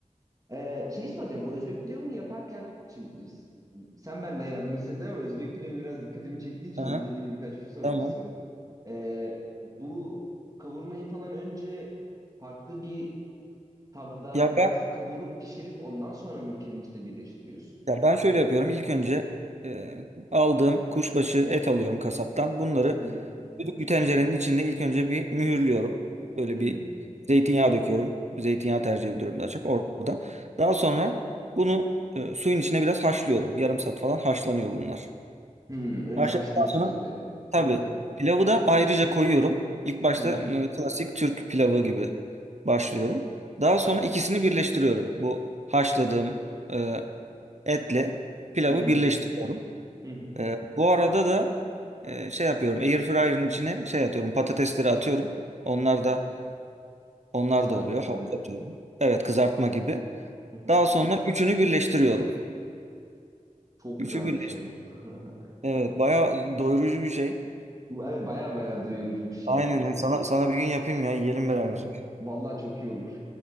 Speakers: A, on the right; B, on the right.
A: Ee, şey soracağım bu Özbek pilavını yaparken şimdi s- sen benden yardım istedin ama Özbek pilavı biraz dikkatimi çektiği için
B: Aha,
A: onunla ilgili birkaç bir şey sormak
B: tamam.
A: istiyorum. Ee, bu kavurmayı falan önce farklı bir Tavada
B: Ya
A: biraz
B: ben
A: kavurup pişirip ondan sonra mı pirinçle birleştiriyorsun?
B: ya ben şöyle yapıyorum. İlk önce e, aldığım kuşbaşı et alıyorum kasaptan. Bunları
A: Hı hı.
B: düdüklü
A: Hı hı.
B: bir tencerenin içinde ilk önce bir mühürlüyorum. Böyle
A: Hı hı.
B: bir zeytinyağı döküyorum. Zeytinyağı tercih ediyorum daha çok orada. Daha sonra bunu e, suyun içine biraz haşlıyorum. Yarım saat falan haşlanıyor bunlar.
A: Hmm, önce
B: Haşladıktan
A: haşlıyorsun
B: sonra
A: etleri.
B: tabii
A: Hı hı.
B: pilavı da ayrıca koyuyorum. İlk başta
A: Hı hı.
B: e, klasik Türk pilavı gibi başlıyorum. Daha sonra ikisini birleştiriyorum. Bu haşladığım e, etle pilavı
A: Hı hı.
B: birleştiriyorum.
A: Hı hı.
B: E, bu arada da e, şey yapıyorum. Air fryer'ın içine şey atıyorum. Patatesleri atıyorum. Onlar da
A: Ha,
B: onlar
A: Kızartma
B: da oluyor.
A: gibi.
B: Havuç atıyorum. Evet kızartma gibi.
A: Hı hı.
B: Daha sonra üçünü birleştiriyorum.
A: Çok
B: Üçü
A: güzelmiş
B: birleştir.
A: ya. <laughs>
B: Evet bayağı doyurucu bir şey.
A: Bu- Evet, baya baya doyurucu bir şey
B: Aynen
A: yapmışsın.
B: sana sana bir gün yapayım ya yiyelim
A: <laughs>
B: beraber.
A: Vallahi çok iyi olur.